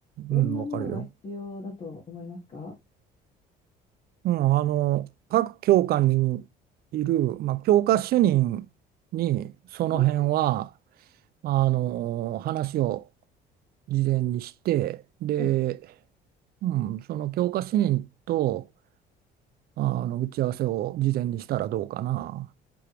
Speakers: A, on the left; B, on the right.
A: どんなものが必要だと思いますか
B: うん、わかるよ。うん、あの、各教科にいる、まあ、教科主任に、その辺は、
A: ああ、
B: あの、話を事前にして、で、
A: はい。
B: うん、その教科主任と、あの、打ち合わせを事前にしたらどうかな。